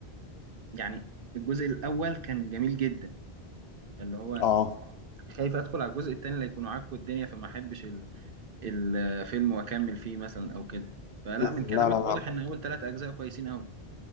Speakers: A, on the right; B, on the left.
A: يعني الجزء الاول كان جميل جدا اللي هو
B: اه
A: خايف ادخل على الجزء الثاني اللي يكونوا عكوا الدنيا فما احبش ال- الفيلم واكمل فيه مثلا او كده فلا
B: لا
A: من
B: لا
A: كلامك
B: لا
A: واضح ان اول ثلاث اجزاء كويسين قوي